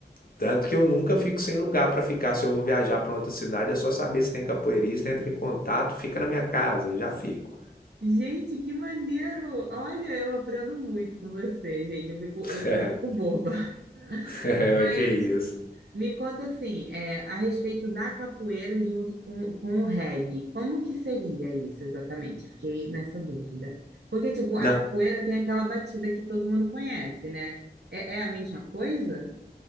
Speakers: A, on the left; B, on the right.
A: Tanto que eu nunca fico sem lugar para ficar. Se eu vou viajar para outra cidade, é só saber se tem capoeirista, entra em contato, fica na minha casa e já fico.
B: Gente, que maneiro! Olha, eu aprendo muito com você, gente. Eu fico,
A: <laughs>
B: eu eu fico boba.
A: Como
B: <laughs>
A: é mas
B: Mas
A: que é isso?
B: Me conta assim, é, a respeito da capoeira junto com, com o reggae, como que seria isso exatamente? Fiquei nessa dúvida. Porque, tipo,
A: Não,
B: a capoeira tem aquela batida que todo mundo conhece, né? É, é a mesma coisa?